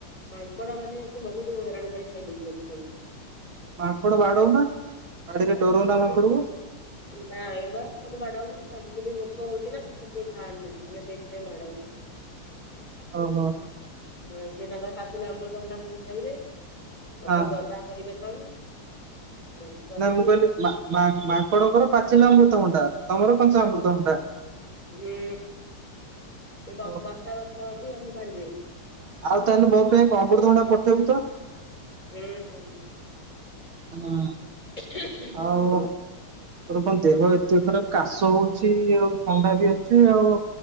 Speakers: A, on the left (about 20°); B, on the right (about 70°).
A: ମାଙ୍କଡା ମାନେ ଆସି ବହୁତ ହଇରାଣ କରି ଖାଇଦଉଛନ୍ତି ସବୁ।
B: ମାଙ୍କଡ ବାଡଉନ ବାଡିରେ ଡରଉନ ମାଙ୍କଡ କୁ
A: <inaudible> ନାଇଁ ବା ତାକୁ ବାଡାଉନି ତାଙ୍କୁ ବି ଭୋକ ହଉଚି ନା ଆଉ ସିଏ ଖାଆନ୍ତୁ ଆମେ ସେଇଥିପାଇଁ ବାଡାଉନି।
B: ଓହୋ।
A: ହଁ ସେ ତାଙ୍କର ପାଚିଲା ଅମୃତଭଣ୍ଡା ସବୁ ଖାଇବେ। ଅଧେ
B: ହଁ
A: ଗଦା କରିବେ ତଳେ। ଏମିତି କରନ୍ତି
B: ନାଇଁ ମୁଁ କହିଲି
A: ଆଉ
B: ମା-ମା ମାଙ୍କଡଙ୍କର ପାଚିଲା ଅମୃତଭଣ୍ଡା ତମର କଞ୍ଚା ଅମୃତଭଣ୍ଡା।
A: ଏ ଏ ଦଶ
B: ଓହୋ
A: ବାରଟା ଗଛ ଅଛି ଆମେ ବାଡିରେ।
B: ଆଉ ତାହେଲେ ମୋ ପାଇଁ ଅମୃତଭଣ୍ଡା ପଠେଇବୁ ତ।
A: ଏ ହେଇ
B: ହୁଁ।
A: <unintelligible>
B: ଆଉ ତୋର କଣ ଦେହ ଏତେ ଖରାପ କାଶ ହଉଛି ଆଉ ଥଣ୍ଡା ବି ଅଛି ଆଉ